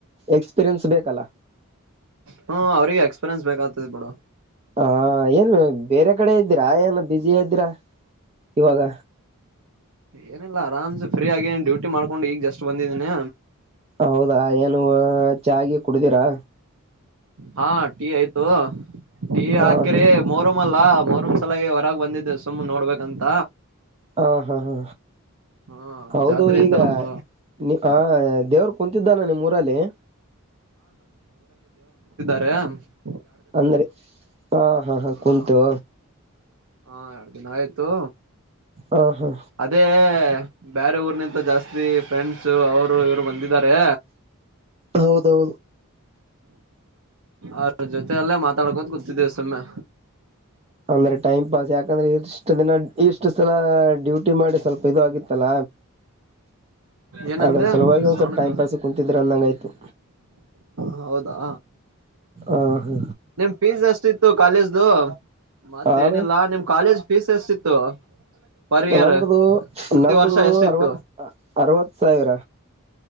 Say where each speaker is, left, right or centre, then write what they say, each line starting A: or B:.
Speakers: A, on the right; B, on the right.
A: ಎಕ್ಸ್ಪೀರಿಯನ್ಸ್ ಬೇಕಲ್ಲ
B: ಹ್ಮ ಅವ್ರಿಗೆ ಎಕ್ಸ್ಪೀರಿಯನ್ಸ್ ಬೇಕಾಗತದೆ ಬಿಡು
A: ಹಾ ಏನು ಬೇರೆ ಕಡೆ ಇದ್ದೀರಾ ಏನು ಬ್ಯುಸಿ ಇದ್ದೀರಾ ಇವಾಗ
B: ಏನಿಲ್ಲ ಆರಾಮ್ಸ ಸರಿ ಹಾಗೆ ಡ್ಯೂಟಿ ಮಾಡ್ಕೊಂಡು ಈಗ ಜಸ್ಟ್ ಬಂದಿದ್ದೀನಿ
A: ಹೌದಾ ಏನು ಚಾಗೆ ಕುಡ್ದಿರಾ
B: ಹಾ ಟೀ ಆಯ್ತು ಟೀ
A: ಹ
B: ಹಾಕ್ರೆ
A: ಹ
B: ಮೊರಮಲ್ಲ ಮೂರ್ ಒಂದ್ ಸಲ ಹೊರಗ ಬಂದಿದ್ದೆ ಸುಮ್ಮ್ನೆ ನೋಡ್ಬೇಕಂತ
A: ಹಾ ಹಾ ಹಾ
B: ಹಾ ಅದು
A: ಹೌದು
B: ಜಾತ್ರೆ
A: ಈಗ
B: ಐತಲ್ಲ ಮೊ
A: ನಿ ಆ ದೇವರು ಕುಂತಿದ್ದಾನ ನಿಮ್ಮೂಊರಲ್ಲಿ
B: ಅ
A: ಅಂದ್ರೆ ಹ ಹಾ ಹಾ
B: ಹ
A: ಕುಂತು
B: ಹಾ ಎರ ದಿನ ಆಯ್ತು
A: ಹ ಹಾ
B: ಅದೇ ಬೇರೆ ಊರ್ನಂತ ಜಾಸ್ತಿ ಫ್ರೆಂಡ್ಸ್ ಅವರು ಇವ್ರು ಬಂದಿದ ಇದಾರೆ
A: ಹೌದೌದು
B: ಅ್ರ ಜೊತ ಅಲ್ಲೇ ಮಾತಾಡ್ಕೋದು ಗೊತ್ತಿದ್ದೇವೆ ಸುಮ್ಮನೆ
A: ಅಂದ್ರೆ ಟೈಮ್ ಪಾಸ್ ಯಾಕಂದ್ರೆ ಇಷ್ಟ ದಿನ ಇಷ್ಟು ಸಲ ಡ್ಯೂಟಿ ಮಾಡಿ ಸ್ವಲ್ಪ ಇದು ಆಗಿತ್ತಲ್ಲ
B: ಏನಂದೆ
A: ಆದದ್ರ ಸಲುವಾಗಿ ಒಂದು
B: ಸೌಂಡ್
A: ಸ್ವಲ್ಪ ಟೈಮ್ ಪಾಸಿಗೆ ಕೂತಿದ್ರೆ ಅಂದಂಗಾಯ್ತು
B: ಹೌದಾ
A: ಆ ಹಾ
B: ನಿಮ್ ಫೀಸ್ ಎಷ್ಟ ಇತ್ತು ಕಾಲೇಜ್ದು ಮತ್ತೇನಿಲ್ಲ
A: ಹ ಭೈ
B: ನಿಮ್ ಕಾಲೇಜ್ ಫೀಸ್ ಎಷ್ಟಿತ್ತು ಪರ್ ಇಯರ್
A: ನಂಬುದು
B: ಪ್ರತಿ
A: ನಂಬುದು
B: ವರ್ಷ ಎಷ್ಟಿತ್ತು
A: ಅರವತ್ ಅರವತ್ ಸಾವಿರ